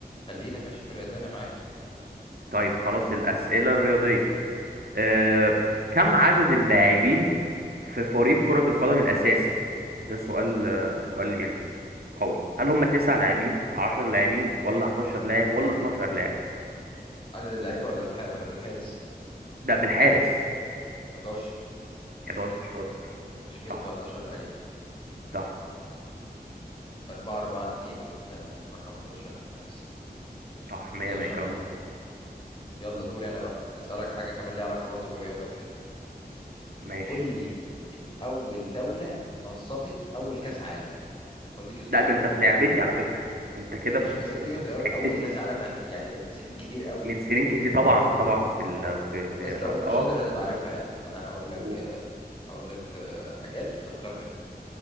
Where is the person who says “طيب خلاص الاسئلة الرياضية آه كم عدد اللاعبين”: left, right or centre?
Right